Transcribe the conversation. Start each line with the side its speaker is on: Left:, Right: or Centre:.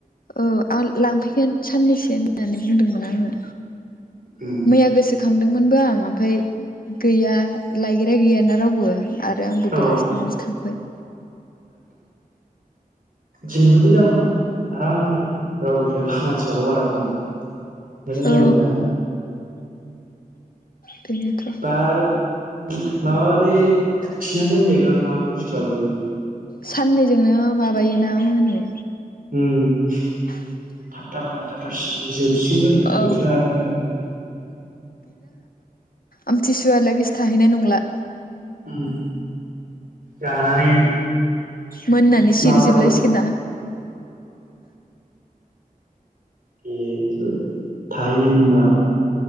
Left: औ आ लांफैगोन साननैसो होननानै बुंदोंमोन आङो
Right: उम
Left: मैया गोसो खांदोंमोनबो आं ओमफ्राय गैया लायग्राया गैयाना रावबो आरो आंबो
Right: औ
Left: बेलासिनासो थांबाय
Right: दिनैबो मोजां जागौमोन आरामनो रावबो गैयाबा मानसिफ्राबो बारा खम मोजां
Left: औ
Right: जागौमोन जानो
Left: बेनोथ'
Right: बा गि माबालै थिनानै दोनजग्रा नङा बे बुस्थुआबो
Left: साननैजोंनो माबायोना मोनो
Right: उम
Left: <inaudible>
Right: थाब थाब मोनना थाब थाब सिरि जोब सिगोनबो नै
Left: औ
Right: बोथोरा गैलाबो
Left: आमथिसुवालागिसो थाहैनाय नंला
Right: उम जानानै
Left: मोननानै सिरिजोबलायसिगोनना?
Right: माबानांगौ बे <unintelligible> था थाहैनाय नंला